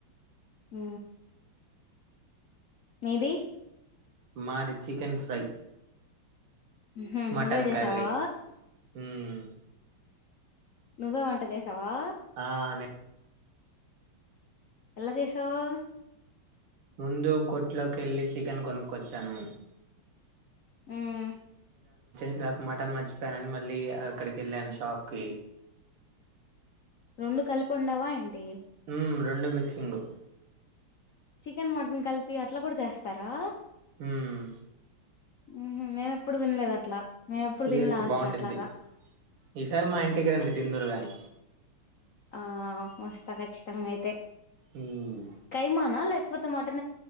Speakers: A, on the left (about 60°); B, on the right (about 80°).
A: అ మీది
B: మాది చికెన్ ఫ్రై
A: హుమ్
B: మటన్
A: నువ్వే చేసావా?
B: కర్రీ మ్.
A: నువ్వే వంట చేసావా?
B: ఆ నే
A: ఎల్లా జేసావ్?
B: ముందు కొట్లోకి వెళ్ళి చికెన్ కొనుక్కొచ్చాను.
A: ఉమ్
B: త మటన్ మర్చిపోయానని మళ్ళీ అక్కడికి వెళ్ళాను షాప్ కి
A: రెండు కలిపి వండావా ఏంటి?
B: మ్, రెండు మిక్సింగు
A: చికెన్ మటన్ కలిపి అట్లా కూడా చేస్తారా?
B: ఉమ్
A: ఊహుం మేమ్ ఎప్పుడు తినలేదు అట్లా మేము ఎప్పుడు
B: చేయొచ్చు
A: తినలే అసలు
B: బాగుఉండుద్ది.
A: అట్లాగా
B: ఈసారి మా ఇంటికి రండి తిందురు గాని
A: ఆ వస్తా ఖచ్చితంగా అయితే
B: హ్మ్
A: కైమానా లేకపోతే మటన్